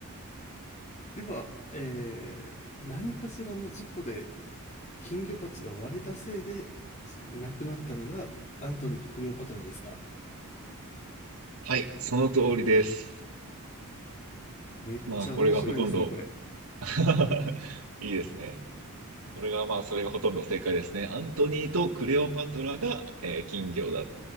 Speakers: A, on the left (about 30°); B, on the right (about 80°).
A: では、えー、何かしらの事故で金魚鉢が割れたせいで亡くなったのがアントニーとクレオパトラですか
B: はい、その通りです。
A: めっちゃ面白いですね、
B: まあ、これがほとんど
A: これ。
B: <laughs> いいですね。これがまあ、それがほとんど正解ですね。アントニーとクレオパトラが、えー金魚だっ